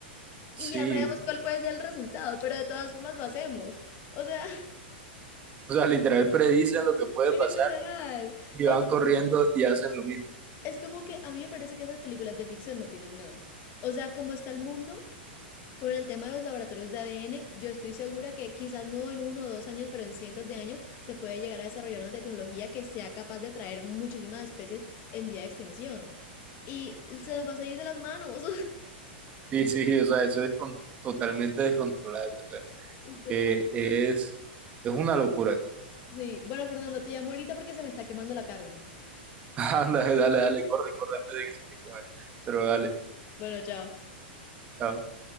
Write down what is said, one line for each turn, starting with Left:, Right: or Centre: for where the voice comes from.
Right: Sí.
Left: y ya sabemos cuál puede ser el resultado, pero de todas formas lo hacemos. O sea,
Right: O sea, literal predicen lo
Left: <laughs>
Right: que puede
Left: literal.
Right: pasar y van
Left: O sea,
Right: corriendo y hacen lo mismo.
Left: es como que a mí me parece que esas películas de ficción no tienen nada. O sea, como está el mundo, Con el tema de los laboratorios de ADN, yo estoy segura que quizás no en uno o dos años, pero en cientos de años se puede llegar a desarrollar una tecnología que sea capaz de traer muchísimas especies en vía de extinción. Y se nos va a salir de las manos.
Right: Sí, sí, o sea, eso es con- totalmente descontrolable. O sea,
Left: <laughs> Literal.
Right: eh, es, es una locura.
Left: Sí, bueno, Fernando, te llamo ahorita porque se me está quemando la carne.
Right: <laughs> Anda, dale, dale, corre, corre antes de que se te queme. Pero dale,
Left: Bueno, chao.
Right: chao.